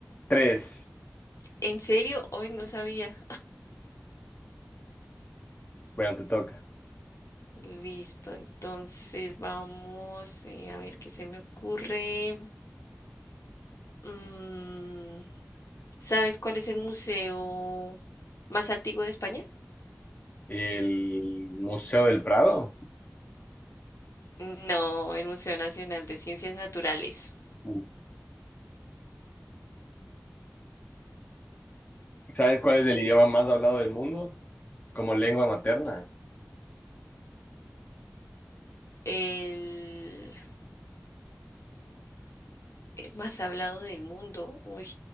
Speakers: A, on the left (about 30°); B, on the left (about 70°).
A: Tres.
B: ¿En serio? Hoy no sabía.
A: Bueno, te toca.
B: Listo, entonces vamos eh, a ver qué se me ocurre. Mm, ¿Sabes cuál es el museo más antiguo de España?
A: El Museo del Prado.
B: No, el Museo Nacional de Ciencias Naturales.
A: Uh, ¿Sabes cuál es el idioma más hablado del mundo? Como lengua materna.
B: El, el más hablado del mundo. Uy,